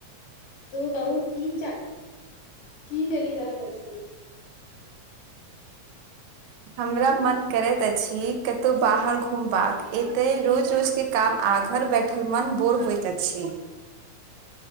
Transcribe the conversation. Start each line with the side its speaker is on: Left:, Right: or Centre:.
Left: तू कहु की चल की चलि रहल अछि हूँ
Right: हमरा मन करैत अछि कतौ बाहर घुमबाक एतै रोज रोज के काम आ घर बैठल मन बोर होइत अछि